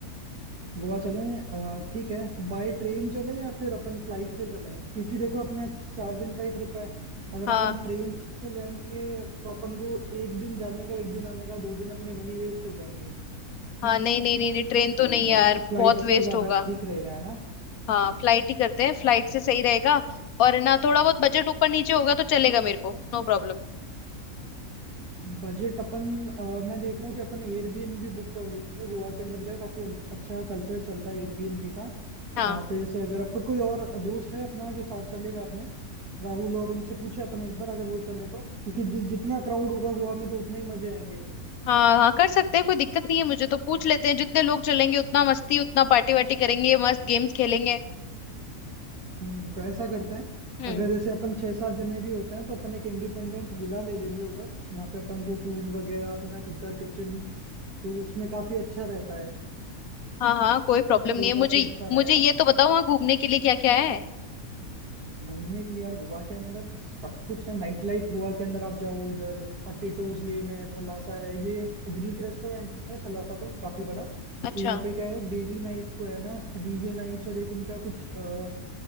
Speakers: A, on the right; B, on the left.
A: गोवा चलें अ, ठीक है तो बाय ट्रेन चलें या फिर अपन फ्लाइट से चलें क्योंकि देखो अपना चार दिन का ही ट्रिप है अगर
B: हाँ
A: अपन ट्रेन से जाएंगे तो अपन को एक दिन जाने का एक दिन आने का दो दिन अपने वहीं वेस्ट हो जाएंगे
B: हाँ नहीं नहीं नहीं नहीं ट्रेन
A: तो
B: तो नहीं यार
A: फ्लाइट
B: बहुत
A: से
B: वेस्ट
A: ज्यादा
B: होगा
A: ठीक रहेगा है ना
B: हाँ फ्लाइट ही करते हैं फ्लाइट से सही रहेगा और है ना थोड़ा बहुत बजट ऊपर नीचे होगा तो चलेगा मेरे को नो प्रॉब्लम
A: बजट अपन अ, मैं देख रहा हूँ कि अपन एयरबीएनबी बुक कर लेंगे गोवा के अंदर क्या है काफी अल- अच्छा कल्चर चलता है एयरबीएनबी का
B: हाँ।
A: वहां पे जैसे अगर अपन कोई और दोस्त है अपना जो साथ चलेगा अपने राहुल और उनसे पूछे अपन एक बार अगर वो चले तो क्योंकि जि, जितना क्राउड होगा गोवा में तो उतने ही मजे आएंगे
B: हाँ हाँ कर सकते हैं कोई दिक्कत नहीं है मुझे तो पूछ लेते हैं जितने लोग चलेंगे उतना मस्ती उतना पार्टी वार्टी करेंगे मस्त गेम्स खेलेंगे
A: हम्म तो ऐसा करते हैं
B: हम्म
A: अगर जैसे अपन छह सात जने भी होते हैं तो अपन एक इंडिपेंडेंट विला ले लेंगे उधर वहां पे अपन को पूल वगैरह अपना खुद का किचन तो उसमें काफी अच्छा रहता है
B: हाँ हाँ कोई प्रॉब्लम
A: स्टे
B: नहीं है मुझे
A: काफी अच्छा
B: मुझे
A: रहेगा
B: ये तो बताओ वहाँ घूमने के लिए क्या क्या है
A: घूमने के लिए यार गोवा के अंदर सब कुछ है नाइट लाइफ गोवा के अंदर आप जाओ इधर टिटोज लेन है थलासा है ये ग्रीक रेस्टोरेंट है थलासा तो काफी बड़ा
B: अच्छा
A: तो यहाँ पे क्या है डेली नाइट को है ना डीजे नाइट्स और एक उनका कुछ अ,